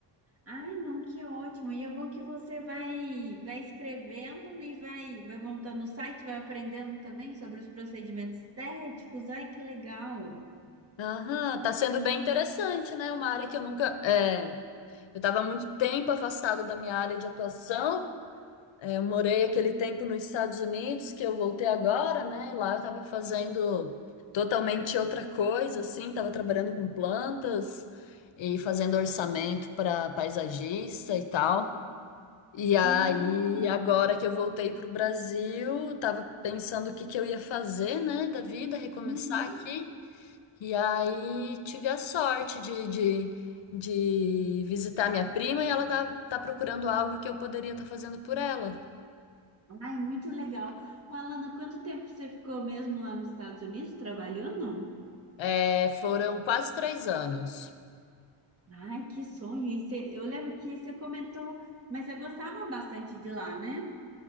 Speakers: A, on the right; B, on the left.
A: Ai, não, que ótimo. E é bom que você vai vai escrevendo e vai vai montando o site, vai aprendendo também sobre os procedimentos estéticos. Ai, que legal.
B: Aham, tá sendo bem interessante, né? Uma área que eu nunca. é, eu tava há muito tempo afastado da minha área de atuação, É, Eu morei aquele tempo nos Estados Unidos, que eu voltei agora, né? E lá eu estava fazendo totalmente outra coisa, assim, estava trabalhando com plantas e fazendo orçamento para paisagista e tal. E aí,
A: Ah,
B: agora que eu voltei para o Brasil, eu tava pensando o que que eu ia fazer, né, da vida, recomeçar
A: uhum.
B: aqui. E aí tive a sorte de, de, de visitar minha prima e ela tá, tá procurando algo que eu poderia estar fazendo por ela.
A: Ai, muito legal. Ô, Alana, quanto tempo você ficou mesmo lá nos Estados Unidos trabalhando?
B: É, foram quase três anos.
A: Ai, que sonho. E você- eu lembro que você comentou, mas você gostava bastante de lá, né?